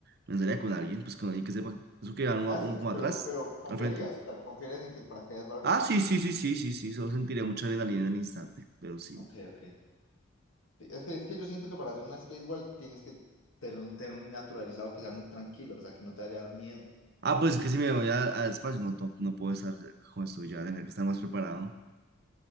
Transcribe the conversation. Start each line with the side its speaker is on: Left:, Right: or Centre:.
Right: Me lanzaría con alguien, pues con alguien que sepa, eso que va uno,
Left: Ah,
Right: uno
Left: sí,
Right: como
Left: sí,
Right: atrás,
Left: pero, pero confiarías,
Right: al frente.
Left: claro, confiarías en que el paracaídas va a abrir.
Right: Ah, sí, sí, sí, sí, sí, sí, solo sentiré mucha adrenalina en el instante, pero sí.
Left: Ok, ok. Sí, Es que, es que yo siento que para hacer una space walk tienes que tener, un- tener muy naturalizado que sea muy tranquilo, o sea, que no te vaya a dar miedo.
Right: Ah, pues es que si me voy a- al espacio no, no, no puedo estar con esto ya, tendré que estar más preparado.